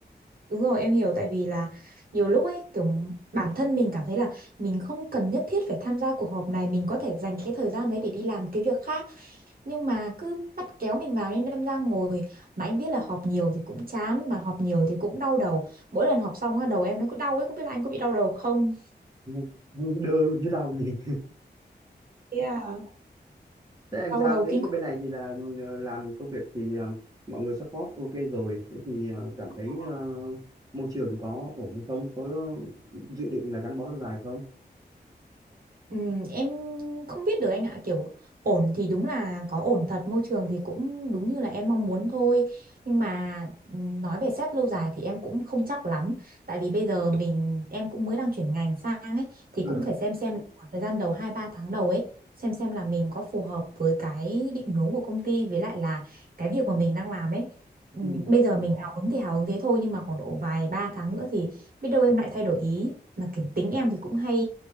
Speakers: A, on the right; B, on the right.
A: Đúng rồi, em hiểu tại vì là nhiều lúc ấy kiểu bản thân mình cảm thấy là mình không cần nhất thiết phải tham gia cuộc họp này, mình có thể dành cái thời gian đấy để đi làm cái việc khác, nhưng mà cứ bắt kéo mình vào nên đâm ra ngồi mà anh biết là họp nhiều thì cũng chán mà họp nhiều thì cũng đau đầu. Mỗi lần họp xong á, đầu em nó cứ đau ấy, không biết là anh có bị đau đầu không?
B: Ngu- ngu đơ luôn chứ đâu gì.
A: Yeah.
B: Thế em
A: Đau
B: sao?
A: đầu
B: Thế,
A: kinh
B: thế bên này thì là ờ, làm công việc thì ờ, mọi người support ok rồi. Thế thì ờ, cảm thấy
A: khủng.
B: ờ, môi trường có ổn hay không? Có dự định là gắn bó lâu dài không?
A: Ừm, em không biết được anh ạ kiểu ổn thì đúng là có ổn thật môi trường thì cũng đúng như là em mong muốn thôi nhưng mà ừm, nói về xét lâu dài thì em cũng không chắc lắm tại vì bây giờ mình em cũng mới đang chuyển ngành sang ấy thì
B: Ừ.
A: cũng phải xem xem khoảng thời gian đầu 2 3 tháng đầu ấy xem xem là mình có phù hợp với cái định hướng của công ty với lại là cái việc mà mình đang làm ấy Ừm,
B: Ừ.
A: bây giờ mình hào hứng thì hào hứng thế thôi nhưng mà khoảng độ vài ba tháng nữa thì biết đâu em lại thay đổi ý mà kiểu tính em thì cũng hay